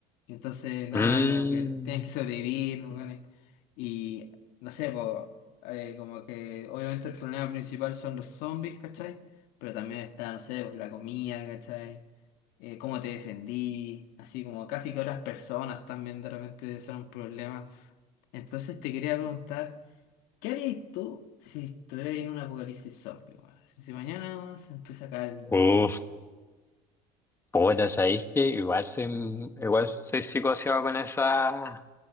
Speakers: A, on the left (about 75°); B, on the left (about 15°).
A: Y entonces, nada,
B: Mm,
A: como que tienen que sobrevivir, los weones. Y no sé, po, eh, como que obviamente el problema principal son los zombies, ¿cachai? Pero también está, no sé, pues, la comida, ¿cachai? Eh, cómo te defendí, así como casi que otras personas también de repente son un problema. Entonces te quería preguntar, ¿qué harías tú si estuvieras en un apocalipsis zombie, weón? Si si mañana weón, se empieza a caer el mundo,
B: uf, puta, ¿sabéis que igual soy, igual soy psicoseado con esa,